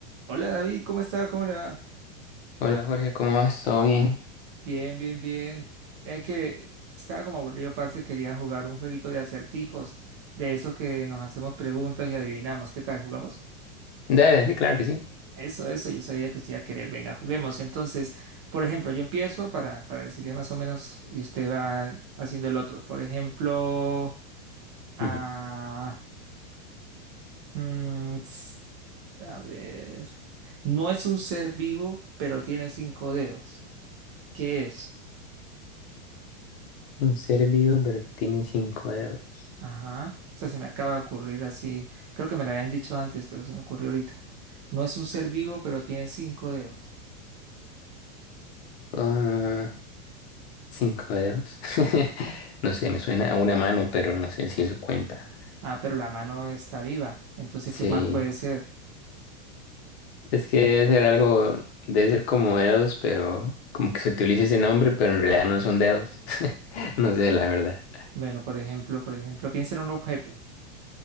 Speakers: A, on the right; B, on the left.
A: Hola David, ¿cómo está? ¿Cómo le va?
B: Hola Jorge, ¿cómo vas? ¿Todo bien?
A: Bien, bien, bien. Es que estaba como aburrido, parce, quería jugar un jueguito de acertijos, de esos que nos hacemos preguntas y adivinamos. ¿Qué tal? ¿Jugamos?
B: Dale, sí, claro que sí.
A: Eso, eso, yo sabía que usted iba a querer. Venga, juguemos. Entonces, por ejemplo, yo empiezo para, para decirle más o menos y usted va haciendo el otro. Por ejemplo, ah,
B: Ujú.
A: mm, ts- a ver, no es un ser vivo, pero tiene cinco dedos. ¿Qué es?
B: Un ser vivo, pero que tiene cinco dedos.
A: Ajá. O sea, se me acaba de ocurrir así. Creo que me lo habían dicho antes, pero se me ocurrió ahorita. No es un ser vivo, pero tiene cinco dedos.
B: Ah, cinco dedos. <laughs> No sé, me suena a una mano, pero no sé si eso cuenta.
A: Ah, pero la mano está viva. Entonces,
B: Sí,
A: ¿qué más puede ser?
B: es que debe ser algo, debe ser como dedos, pero como que se utiliza ese nombre, pero en realidad no son dedos. <laughs> No sé, la verdad.
A: Bueno, por ejemplo, por ejemplo, piensa en un objeto.